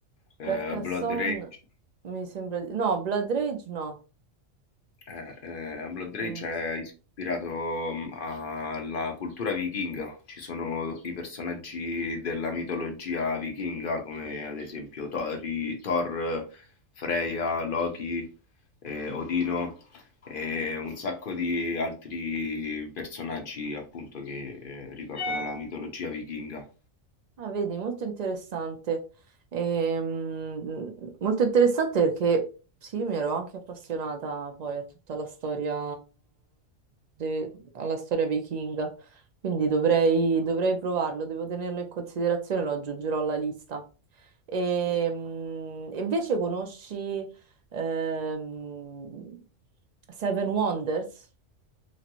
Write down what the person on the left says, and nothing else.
ehm,
Blood Rage.
Eh, eh, a Blood Rage
è ispirato mm, alla cultura vichinga. Ci sono i personaggi della mitologia vichinga, come ad esempio Tori- Thor, Freya, Loki, eh, Odino e un sacco di altri personaggi appunto che eh, ricordano la mitologia vichinga.